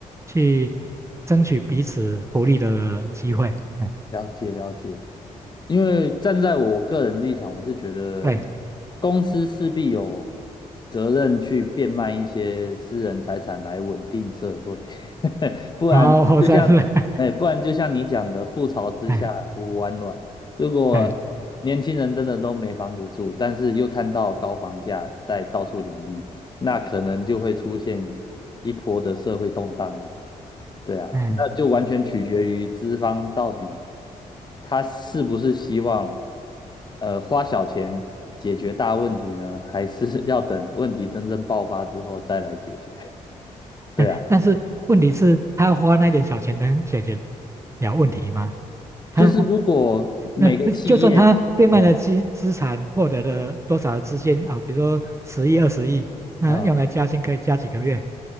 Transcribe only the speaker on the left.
了解了解。因为站在我个人的立场，我是觉得
公司势必有责任去变卖一些私人财产来稳定社会，<laughs> 不然就像，
哎，不然就像你讲的，覆巢之下无完卵。
如果
年轻人真的都没房子住，但是又看到高房价在到处林立，那可能就会出现一波的社会动荡了。对啊，
那就完全取决于资方到底。他是不是希望呃花小钱解决大问题呢？<laughs> 还是要等问题真正爆发之后再来解决？<laughs> 对啊，
就是如果每个企业嗯
啊，